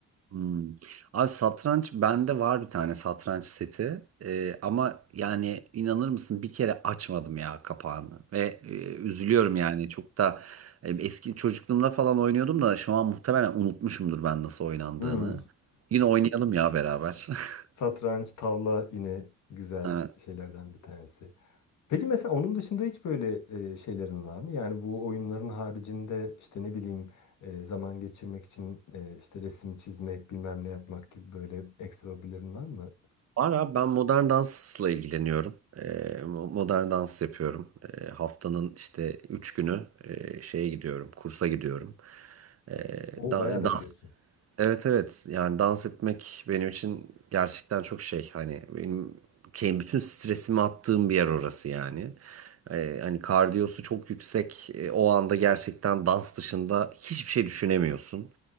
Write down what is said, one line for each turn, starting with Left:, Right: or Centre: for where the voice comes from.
Right: Hmm. Abi satranç bende var bir tane satranç seti Ee, ama yani inanır mısın bir kere açmadım ya kapağını ve e, üzülüyorum yani çok da e, eski çocukluğumda falan oynuyordum da şu an muhtemelen unutmuşumdur ben nasıl oynandığını.
Left: Hmm.
Right: Yine oynayalım ya beraber. <laughs>
Left: Satranç, tavla yine güzel
Right: Ha,
Left: şeylerden bir tanesi. Peki mesela onun dışında hiç böyle e, şeylerin var mı? Yani bu oyunların haricinde işte ne bileyim e, zaman geçirmek için e, işte resim çizmek bilmem ne yapmak gibi böyle ekstra hobilerin var mı?
Right: Var abi ben modern dansla ilgileniyorum. Ee, mo- modern dans yapıyorum. Ee, haftanın işte 3 günü e, şeye gidiyorum, kursa gidiyorum. Ee,
Left: O
Right: da-
Left: bayağı da gidiyorsun.
Right: Evet evet yani dans etmek benim için gerçekten çok şey hani benim ke- bütün stresimi attığım bir yer orası yani. Ee, hani kardiyosu çok yüksek Ee, o anda gerçekten dans dışında hiçbir şey düşünemiyorsun.